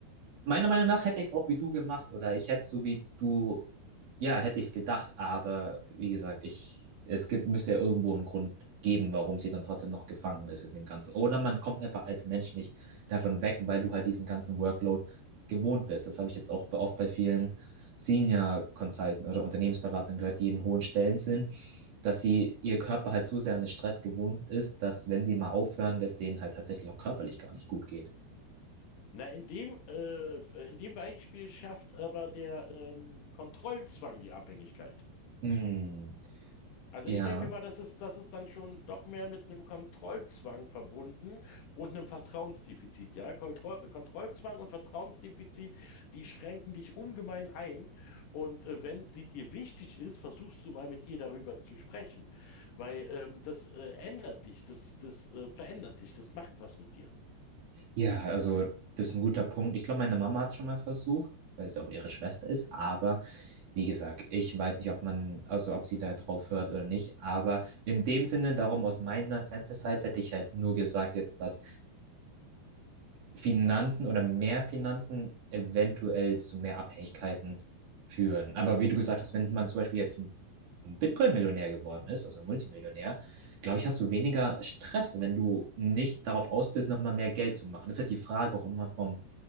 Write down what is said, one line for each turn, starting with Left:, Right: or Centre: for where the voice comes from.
Right: Meiner Meinung nach hätte ich es auch wie du gemacht oder ich hätte es so wie du, ja, hätte ich es gedacht, aber wie gesagt, ich, es gibt, müsste ja irgendwo einen Grund geben, warum sie dann trotzdem noch gefangen ist in dem Ganzen. Oder man kommt einfach als Mensch nicht davon weg, weil du halt diesen ganzen Workload gewohnt bist. Das habe ich jetzt auch oft bei vielen Senior Consultants oder Unternehmensberatern gehört, die in hohen Stellen sind, dass sie ihr Körper halt so sehr an den Stress gewohnt ist, dass wenn sie mal aufhören, dass denen halt tatsächlich auch körperlich gar nicht gut geht.
Left: Na, in dem, äh, in dem Beispiel schafft aber der ähm, Kontrollzwang die Abhängigkeit.
Right: Hm,
Left: Also
Right: ja.
Left: ich denke mal, das ist, das ist dann schon doch mehr mit einem Kontrollzwang verbunden und einem Vertrauensdefizit. Ja? Kontroll Kontrollzwang und Vertrauensdefizit, die schränken dich ungemein ein. Und äh, wenn sie dir wichtig ist, versuchst du mal mit ihr darüber zu sprechen, weil ähm, das äh, ändert dich, das, das äh, verändert dich, das macht was mit dir.
Right: Ja, also das ist ein guter Punkt. Ich glaube, meine Mama hat schon mal versucht, weil es ja auch ihre Schwester ist. Aber wie gesagt, ich weiß nicht, ob man, also ob sie da drauf hört oder nicht. Aber in dem Sinne, darum aus meiner Sample Size hätte ich halt nur gesagt, jetzt, dass Finanzen oder mehr Finanzen eventuell zu mehr Abhängigkeiten führen. Aber wie du gesagt hast, wenn man zum Beispiel jetzt ein Bitcoin-Millionär geworden ist, also ein Multimillionär, glaube ich, hast du weniger Stress, wenn du nicht darauf aus bist, nochmal mehr Geld zu machen. Das ist halt die Frage auch immer vom,